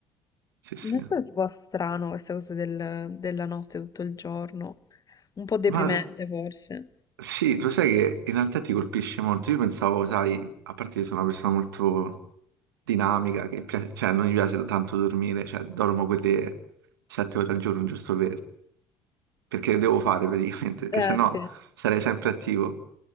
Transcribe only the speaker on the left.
Non è stato tipo strano questa cosa del- della notte tutto il giorno? Un po' deprimente
forse.
Eh,
sì.